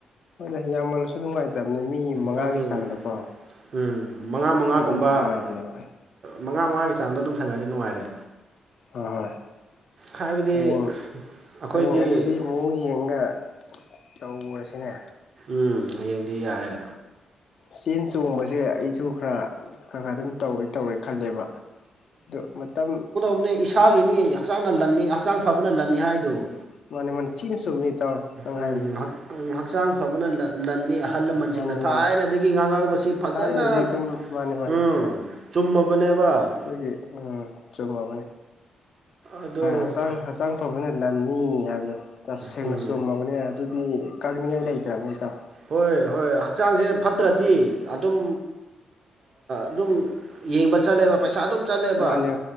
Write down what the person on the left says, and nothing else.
ꯍꯣꯏ ꯌꯥꯝꯃꯜꯂꯁꯨ ꯅꯨꯡꯉꯥꯏꯇꯕꯅꯦ ꯃꯤ ꯃꯉꯥꯒꯤ
ꯆꯥꯡꯗꯀꯣ
ꯅꯨꯡꯉꯥꯏꯕꯅꯦꯕ
ꯍꯣꯏ ꯍꯣꯏ
ꯍꯌꯦꯡ
ꯍꯌꯦꯡ ꯑꯗꯨꯗꯤ ꯑꯃꯨꯛ ꯌꯦꯡꯒ ꯇꯧꯔꯁꯤꯅꯦ
ꯆꯦꯟ ꯆꯣꯡꯕꯁꯦ ꯑꯩꯁꯨ ꯈꯔ ꯈꯔ ꯈꯔ ꯑꯗꯨꯝ ꯇꯧꯋꯤ ꯇꯧꯔꯦ ꯈꯜꯂꯦꯕ ꯑꯗꯣ ꯃꯇꯝ
ꯃꯥꯅꯦ ꯃꯥ ꯊꯤꯅ ꯁꯨꯝꯃꯦ ꯇꯧꯔꯣ ꯅꯪ
ꯍꯥꯏꯕꯗꯨꯣ
ꯃꯥꯅꯦ
ꯃꯥꯅꯦ
ꯊꯥꯏꯅꯗꯤ ꯑꯗꯨꯝ ꯃꯥꯅꯦ ꯃꯥꯅꯦ
ꯑꯩꯈꯣꯏꯒꯤ ꯆꯨꯝꯃꯕꯅꯤ
ꯍꯛꯆꯥꯡ ꯆꯪ ꯐꯕꯅ ꯂꯟꯅꯤ ꯍꯥꯏꯕꯗꯣ ꯇꯁꯦꯡꯅ
ꯆꯨꯝꯃꯕꯅꯦ ꯑꯗꯨꯗꯤ ꯀꯥꯅꯤꯡꯉꯥꯏ ꯂꯩꯇ꯭ꯔꯕꯅꯤꯇꯣ
ꯃꯥꯅꯦ